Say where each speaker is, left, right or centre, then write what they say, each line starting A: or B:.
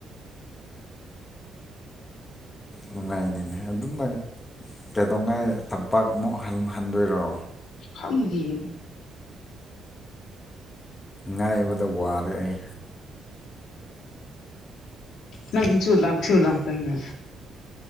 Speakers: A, on the left; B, on the left.
A: ꯅꯨꯡꯉꯥꯏꯅꯤꯅꯦ ꯑꯗꯨꯝꯪ ꯀꯩꯗꯧꯉꯥꯏ ꯇꯝꯄꯥꯛꯃꯨꯛ ꯍꯟꯗꯣꯏꯔꯣ
B: ꯈꯪꯗꯅ
A: ꯉꯥꯏꯕꯗ ꯋꯥꯔꯦ ꯑꯩ
B: ꯅꯪ ꯆꯨ ꯂ ꯆꯨ ꯂꯥꯛꯇꯅꯦ